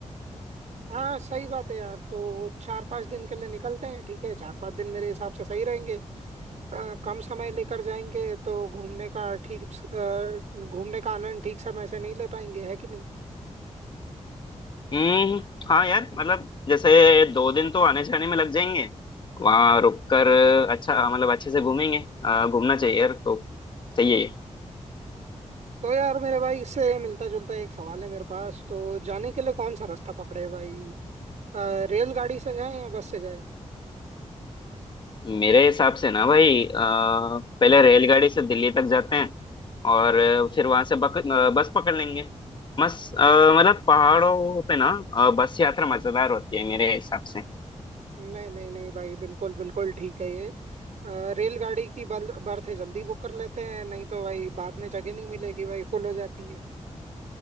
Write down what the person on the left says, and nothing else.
हम्म हाँ यार मतलब जैसे दो दिन तो आने जाने में लग जाएंगे वहाँ रुक कर अच्छा मतलब अच्छे से घूमेंगे अ, घूमना चाहिए यार तो सही है ये।
मेरे हिसाब से ना भाई अ, पहले रेलगाड़ी से दिल्ली तक जाते हैं और फिर वहां से बक, अ, बस पकड़ लेंगे मस्त अ, मतलब पहाड़ों पे ना अ, बस यात्रा मजेदार होती है मेरे हिसाब से